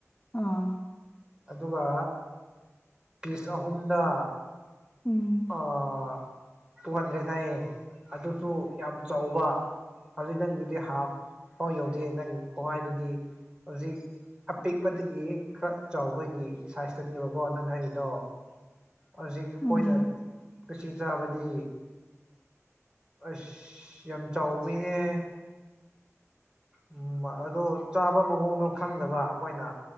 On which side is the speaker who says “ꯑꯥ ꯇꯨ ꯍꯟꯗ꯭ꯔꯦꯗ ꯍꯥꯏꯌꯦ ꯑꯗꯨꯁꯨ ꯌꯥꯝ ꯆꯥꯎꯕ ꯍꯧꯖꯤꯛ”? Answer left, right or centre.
Right